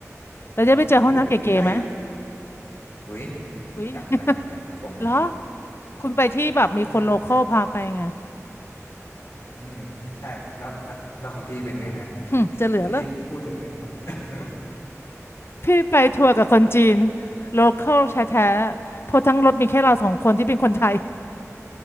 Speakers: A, on the left; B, on the left.
A: เราจะไปเจอห้องน้ำเก๋ๆไหม
B: อืมเฮ้ยถ้าพี่ไปเฮ้ย
A: อุ๊ย <laughs>
B: ยังยังยังยังผม
A: เหรอคุณไปที่แบบมีคนโลคอลพาไปไง
B: <laughs> ย่าอืมใช่แล้วแล้วแล้วของพี่เป็นไงฮะ
A: หึจะเหลือแล้ว
B: พี่พูดถึงเรื่อง <laughs>
A: พี่ไปทัวร์กับคนจีนโลคอลแท้ๆเพราะทั้งรถมีแค่เราสองคนที่เป็นคนไทย